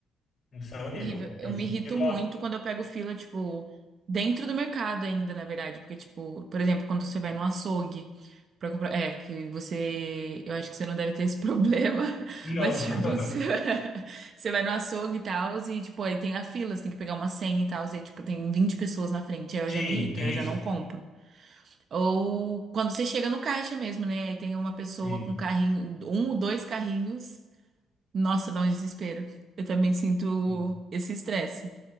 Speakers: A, on the left; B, on the right.
A: Isso é horrível.
B: Horrível. Eu
A: E você
B: me irrito
A: diz que gosta?
B: muito quando eu pego fila, tipo, dentro do mercado ainda, na verdade. Porque, tipo, por exemplo, quando você vai no açougue pra comprar. É, que você. Eu acho que você não deve ter esse <laughs> problema.
A: Não.
B: Mas,
A: <laughs>
B: tipo, você, <laughs> você vai no açougue e tal, e, tipo, aí tem a fila, você tem que pegar uma senha e tal, e, tipo, tem 20 pessoas na frente. Aí eu
A: Sim,
B: já me irrito,
A: tem
B: aí eu já
A: isso.
B: não compro. Ou quando você chega no caixa mesmo, né? Aí tem uma pessoa
A: Sim.
B: com carrinho, um ou dois carrinhos. Nossa, dá um desespero. Eu também sinto
A: sim.
B: esse estresse.